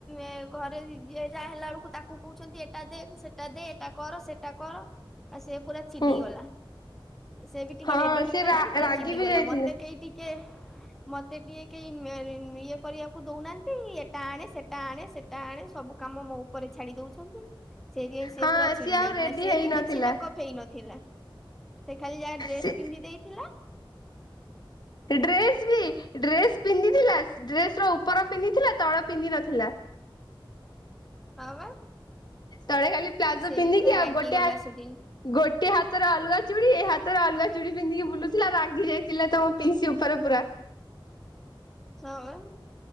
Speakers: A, in the centre; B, on the left.
A: ଏ-ଘରେ ଯିଏ ଯାହା ହେଲା ବେଳକୁ ତାକ୍ କୁ କହୁଛନ୍ତି ଏଟା ଦେ ସେଟା ଦେ ଏଟା କର ସେଟା କର। ଆ ସେ ପୁରା ଚିଡିଗଲା
B: ହୁଁ
A: ସେ ବି ଟିକେ
B: ହଁ
A: ରେଡି ହେଇ
B: ସେ
A: ପାରିଲାନି
B: ରା
A: ପୁରା
B: ରାଗି
A: ଚିଡିଗଲା
B: ବି ଯାଇଥିଲେ
A: ମତେ କେହି ଟି କେ ମତେ ଟିକେ କେହି ଉଁ -ଉଁ-ଇଏ କରିବାକୁ ଦଉନାହାନ୍ତି ଏଟା ଆଣେ ସେଟା ଆଣେ ସେଟା ଆଣେ ସବୁ କାମ ମୋ ଉପରେ ଛାଡି ଦଉଛନ୍ତି ସେଟିଗେ ସେ
B: ହଁ
A: ପୁରା ଚିଡି
B: ସିଏ ଆଉ
A: ଯାଇଥିଲା
B: ରେଡି
A: ସେ
B: ହେଇନଥିଲା
A: ବି କିଛି ମେକପ୍ ହେଇନଥିଲା ସେ ଖାଲି ଯାହା ଡ୍ରେସ୍
B: ସେ
A: ପିନ୍ଧି ଦେଇଥିଲା
B: ଡ୍ରେସ ବି ଡ୍ରେସ ପିନ୍ଧିଥିଲା ଡ୍ରେସ ର ଉପର ପିନ୍ଧିଥିଲା ତଳ ପିନ୍ଧ ନଥିଲା।
A: ହଁ ବା
B: ତଳେ ଖାଲି ପ୍ଲାଜୋ
A: ସେ
B: ପିନ୍ଧିକି
A: ବି ପୁରା ରାଗି
B: ଆଉ ଗୋଟେଆ
A: ଗଲା ସେଦିନ
B: ଗୋଟେ ହାତରେ ଅଲଗା ଚୁଡ଼ି ଏଇ ହାତରେ ଅଲଗା ଚୁଡ଼ି ପିନ୍ଧିକି ବୁଲୁଥିଲା ରାଗି ଯାଇଥିଲା ତମ ପିସି ଉପରେ ପୁରା।
A: ହଁ